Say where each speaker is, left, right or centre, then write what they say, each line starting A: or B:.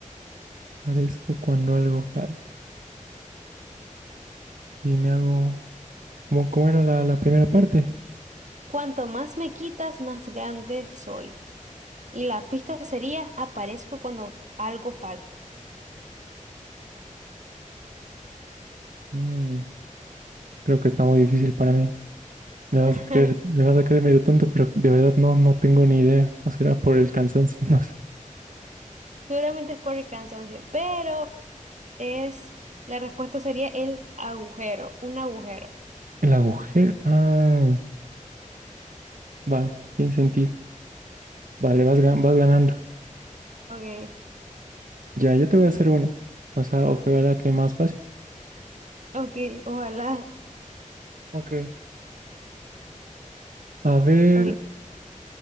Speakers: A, on the right; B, on the right.
A: Parezco cuando algo falta. Y me hago... ¿Cómo, cómo era la, la primera parte?
B: Cuanto más me quitas, más grande soy. Y la pista sería aparezco cuando algo falta.
A: Mm, creo que está muy difícil para mí. Me vas
B: <laughs>
A: a creer, me vas a creer medio tonto, pero de verdad no, no tengo ni idea. O será por el cansancio, <laughs> no sé.
B: Seguramente es por el cansancio, pero es... La respuesta sería el agujero, un agujero.
A: El agujero. Ah, vale, tiene sentido. Vale, vas, gan- vas ganando.
B: Ok,
A: Ya, yo te voy a hacer una. O sea, ojalá que más pase.
B: ok, ojalá.
A: Ok. A ver,
B: Ok,